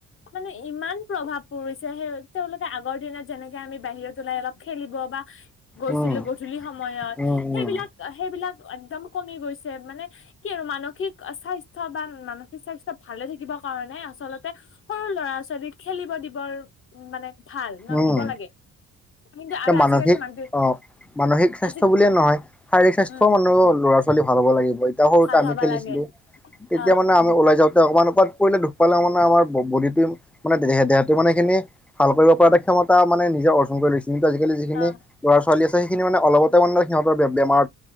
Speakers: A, on the left (about 45°); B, in the centre.
A: মানে ইমান প্ৰভাৱ পৰিছে সেই তেওঁলোকে আগৰ দিনত যেনেকে আমি বাহিৰত ওলাই অলপ খেলিব বা গৈছিলো
B: উম
A: গধূলি সময়ত
B: উম
A: সেইবিলাক
B: উম
A: সেইবিলাক একদম কমি গৈছে মানে কি আৰু মানসিক স্বাস্থ্য বা মানসিক স্বাস্থ্য ভালে থাকিব। কাৰণে আচলতে সৰু ল'ৰা ছোৱালীক খেলিব দিবৰ মানে ভাল নহ
B: উম
A: দিব লাগে। কিন্তু আৰু
B: এ মানসিক
A: আজিকালি মাক দেউ
B: অ মানসিক স্বাস্থ্য
A: আজি
B: বুলিয়ে নহয় শাৰীৰিক স্বাস্থ্যও
A: উম
B: মানুহ ল'ৰা ছোৱালী ভাল হ'ব লাগিব এতিয়া সৰুতে
A: ভাল
B: আমি
A: হবা
B: খেলিছিলো
A: লাগে
B: তেতিয়া
A: অ
B: মানে আমি ওলাই যাওঁতে অকণমান পৰিলে দুখ পালে মানে আমাৰ বডীফিম মানে দেহটো মানে হেখিনি ভাল কৰিব উৎপাজন কক্ষমতা মানে নিজে অৰ্জন কৰি লৈছে কিন্তু আজিকালি যিখিনি
A: অ
B: ল'ৰা ছোৱালী আছে মানে অলপতে মানে সিহঁত বেমাৰ